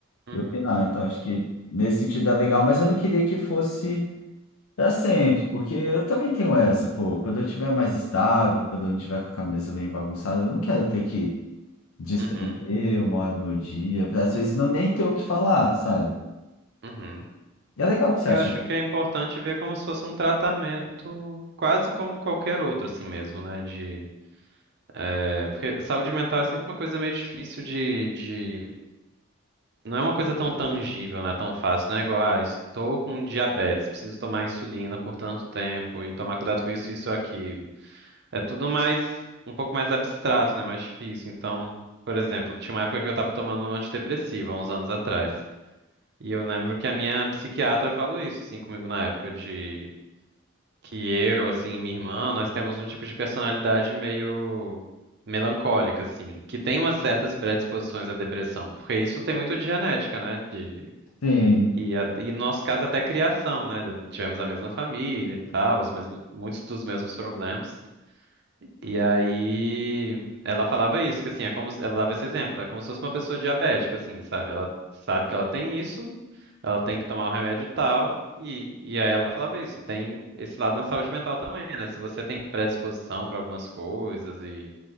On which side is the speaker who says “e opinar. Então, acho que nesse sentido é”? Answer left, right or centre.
Left